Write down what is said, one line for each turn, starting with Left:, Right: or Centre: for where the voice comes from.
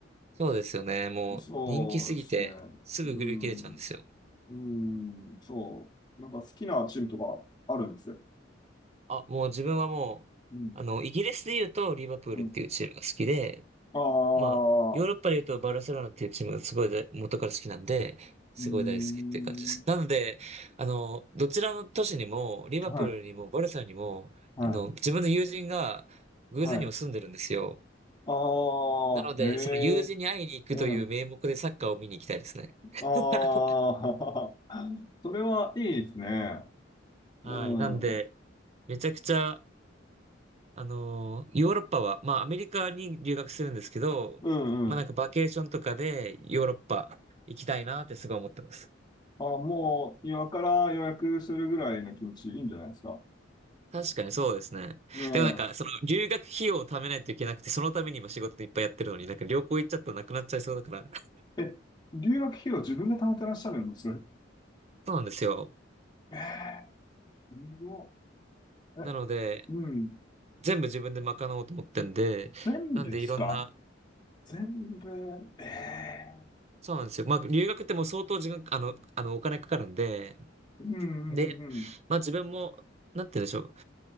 Right: そうですよね。もう人気すぎて、
Left: そうですね。
Right: すぐ売り切れちゃうんですよ。
Left: うん、うん、そう。なんか好きなチームとかあるんですよ。
Right: あ、もう自分はもう、
Left: うん、
Right: あの、イギリスで言うと、リバプールっていうチームが好きで、
Left: うん。ああ、
Right: まあ、ヨーロッパで言うとバルセロナっていうチームがすごい大元から好きなんで、すごい大好きっていう感じです。
Left: うん、
Right: <laughs> なので、あの、どちらの都市にも、リバプールにもバルサにも、
Left: はい、は
Right: あの、自分の友人が偶然にも住んでるんですよ。
Left: い、はい。ああ、
Right: なので、
Left: へ
Right: その友人に会いに行くという名目でサッカーを見に行きたいですね。
Left: え、うん、
Right: <laughs>
Left: ああ、<laughs> それはいいですね。
Right: はい。
Left: うん。
Right: なんで、めちゃくちゃ、あのーヨーロッパは、まあ、アメリカに留学するんですけど、
Left: うんうん。
Right: まあ、なんかバケーションとかでヨーロッパ行きたいなってすごい思ってます。
Left: あ、もう今から予約するぐらいの気持ちいいんじゃないですか。
Right: 確かにそうですね。
Left: ね
Right: でもなんか、その、留学費用を貯めないといけなくて、そのために今仕事いっぱいやってるのに、なんか旅行行っちゃったらなくなっちゃいそうだから。
Left: え。え、留学費用自分で貯めてらっしゃるんです
Right: <laughs> そうなんですよ。
Left: ええー、すごいえ、
Right: なので、
Left: うん。
Right: 全部自分で賄おうと思ってんで、
Left: 全部ですか
Right: なんでいろんな、
Left: 全部。ええ
Right: そうなんですよ。まあ、留学ってもう相当時間、あの、あの、お金かかるんで、
Left: うんう
Right: で、
Left: んうんうん。
Right: まあ自分も、なんて言うんでしょう。